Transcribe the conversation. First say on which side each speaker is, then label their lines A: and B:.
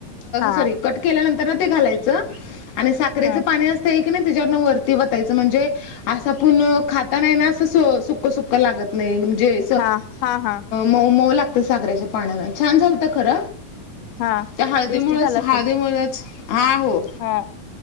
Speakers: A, on the left; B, on the left.
A: हा
B: सॉरी कट केल्यानंतर ना ते घालायचं आणि साखरेचं
A: हा
B: पाणी अस की नाही तेजा वरण वतायचं म्हणजे असं पण खाता नाही ना असं सुक्कं सुक्कं लागत नाही म्हणजे
A: हा हा हा
B: म मऊ लागत सागराच्या पाण्याना छान झालत खर
A: हा
B: त्या हळदीमुळच-हळदीमुळच
A: टेस्टी झाला असेल
B: हा हो.
A: हा